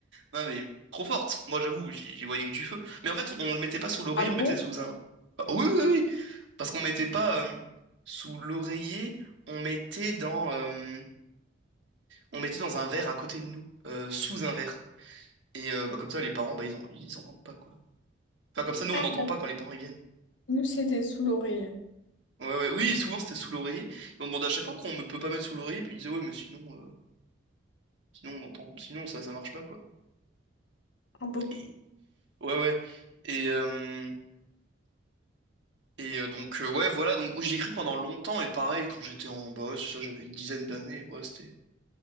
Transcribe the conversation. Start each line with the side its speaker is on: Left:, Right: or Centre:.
Right: Non, mais trop forte. Moi, j'avoue, j'y j'y voyais que du feu. Mais en fait, on le mettait pas sous l'oreiller,
Left: Ah
Right: on
Left: bon?
Right: mettait sous un... Ah, oui, oui, oui! Parce qu'on mettait pas euh, sous l'oreiller, on mettait dans... euh, on mettait dans un verre à côté de nous. euh, sous un verre. Et euh, bah, comme ça, les parents, bah, ils, en- ils entendent pas, quoi. Enfin, comme ça, nous,
Left: Ah,
Right: on n'entend pas quand les parents, ils viennent.
Left: nous, c'était sous l'oreille.
Right: Ouais, ouais, oui, souvent, c'était sous l'oreiller. Et on demandait à chaque fois pourquoi on ne peut pas mettre sous l'oreiller. Puis ils disaient, ouais, mais sinon... euh, Sinon, on entend, sinon ça, ça marche pas, quoi.
Left: Ah bon. bon.
Right: Et ouais, ouais. Et, euh, et euh, donc, euh, ouais, voilà. Donc, j'y ai cru pendant longtemps. Et pareil, quand j'étais en boss, ça, j'avais une dizaine d'années. Ouais, c'était